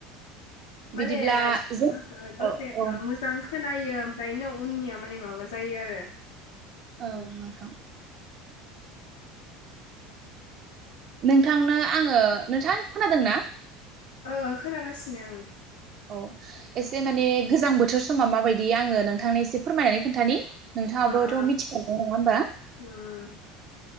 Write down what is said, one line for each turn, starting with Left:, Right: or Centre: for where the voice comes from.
Left: माने
Right: बिदिब्ला जों
Left: द दसेसे
Right: औ औ
Left: ओ मोजां खोनायो ओमफ्रायनो उननिया माने माबा जायो आरो
Right: औ
Left: ओ
Right: नोंथां नोंथांनो आङो नोंथां खोनादों ना?
Left: औ औ खोनागासिनो ओं
Right: औ एसे माने गोजां बोथोर समा माबायदि आङो नोंथांनो एसे फोरमायनानै खोन्थानि। नोंथाङाबोथ'
Left: अ अ
Right: मिथिखागोन नङा होमबा?
Left: उम